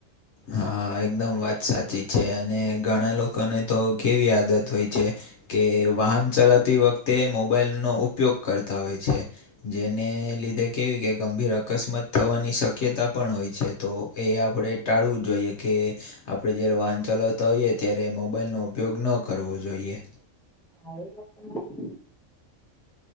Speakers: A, on the left; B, in the centre.
A: હા એકદમ વાત સાચી છે અને ઘણા લોકોને તો કેવી આદત હોય છે કે વાહન ચલાવતી વખ તે મોબાઈલનો ઉપયોગ કરતા હોય છે. જેને લીધે કેવી કે ગંભીર અકસ્માત થવાની શક્યતા પણ હોય છે તો એ આપણે ટાળવું જોઈએ કે આપણે જયારે વાહન ચલાવતા હોઈએ ત્યારે મોબાઈલનો ઉપયોગ ન કરવો જોઈએ.
B: હા એ વાત તમારી